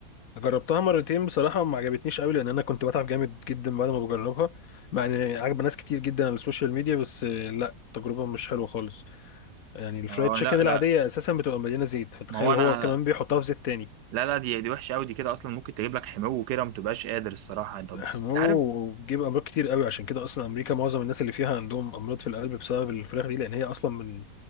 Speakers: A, on the left; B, on the right.
A: جربتها مرتين بصراحة ما عجبتنيش قوي لأن أنا كنت بتعب جامد جدا بعد ما بجربها مع إن عجب ناس كتير جدا على السوشيال ميديا بس آه، لا تجربة مش حلوة خالص يعني الفرايد
B: اه
A: تشيكن
B: لا
A: العادية
B: لا
A: أساسا بتبقى مليانة زيت فتخيل
B: ما هو انا
A: هو كمان بيحطها في زيت تاني
B: لا لا دي دي وحشه قوي دي كده اصلا ممكن تجيب لك حمو كده ما تبقاش قادر الصراحه انت بص
A: أوه
B: انت عارف
A: بيجيب أمراض كتير قوي عشان كده أصلا أمريكا معظم الناس اللي فيها عندهم أمراض في القلب بسبب الفراخ دي لأن هي أصلا من